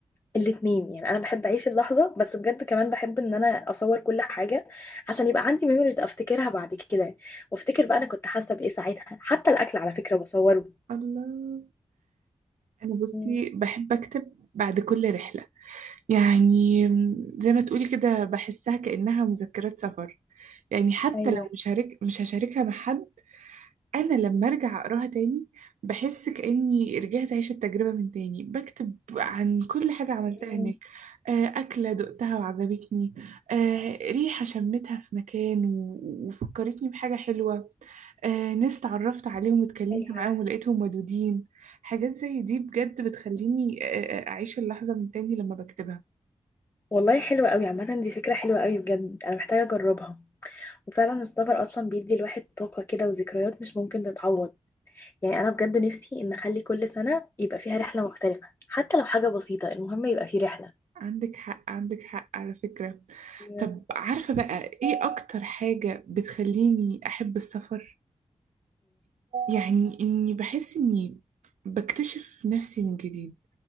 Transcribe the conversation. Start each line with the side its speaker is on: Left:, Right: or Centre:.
Left: الاتنين يعني انا بحب اعيش اللحظه بس بجد كمان بحب ان انا اصور كل حاجه عشان يبقى عندي ميموريز افتكرها بعد كده وافتكر بقى انا كنت حاسه بايه ساعتها حتى الاكل على فكره بصوره
Right: الله انا بصي
Left: مم.
Right: بحب اكتب بعد كل رحلة يعني زي ما تقولي كده بحسها كأنها مذكرات سفر يعني حتى
Left: ايوه
Right: لو مش هرك... مش هشاركها مع حد انا لما ارجع اقراها تاني بحس كاني رجعت اعيش التجربه من تاني بكتب عن كل حاجه عملتها
Left: مم.
Right: هناك آه، اكله دقتها وعجبتني آه، ريحه شمتها في مكان و- وفكرتني بحاجه حلوه آه، ناس تعرفت عليهم واتكلمت
Left: ايوه
Right: معاهم ولقيتهم ودودين حاجات زي دي بجد بتخليني آه، آه، اعيش اللحظه من تاني لما بكتبها
Left: والله حلوه قوي عامه دي فكره حلوه قوي بجد انا محتاجه اجربها وفعلا السفر اصلا بيدي الواحد طاقه كده وذكريات مش ممكن تتعوض يعني انا بجد نفسي ان اخلي كل سنه يبقى فيها رحله مختلفه حتى لو حاجه بسيطه المهم يبقى في رحله
Right: عندك حق عندك حق على فكره
Left: ايوه
Right: طب عارفه بقى ايه اكتر حاجه بتخليني احب السفر يعني إني بحس إني بكتشف نفسي من جديد